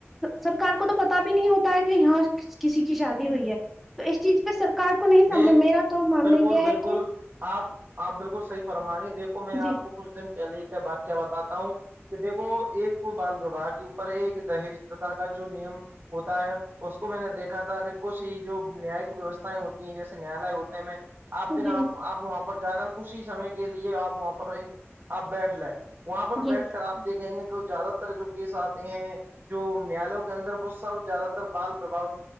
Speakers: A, in the centre; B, on the right (about 45°).
A: سرکار کو تو پتا بھی نہیں ہوتا ہے کہ یہاں کسی کی شادی ہوئی ہے تو اس چیز پہ سرار کو نہیں
B: دیکھ
A: سمجھ میرا تو ماننا
B: بالکل
A: یہ
B: بالکل
A: ہے کہ
B: آپ آپ بالکل صحیی فرما رہی ہے دیکھوں میں آپ
A: جی
B: کو کچھ دن پہلے کا واقع بتاتا ہوں کہ دیکھو ایک تو بال وواہ کے اوپر ایک دہج پرتا کا جو نیم ہوتا ہے اس کو میں نے دیکھا تھا کہ کچھ ہی جو نیاک ویوستھائیں ہوتی جیسے نیالے ہوتے ہیں میں آپ دن
A: جی
B: آپ آپ وہاں پر جا کر اسی سمے کے لیے آپ وہاں پر ایک آپ بیٹھ لیں وہاں پر
A: جی
B: بیٹھ کر آپ دیکھیں گے کہ زیادہ جو کیس آتے ہیں جو نیالوں کے اندر وہ سب زیادہ تر بال وب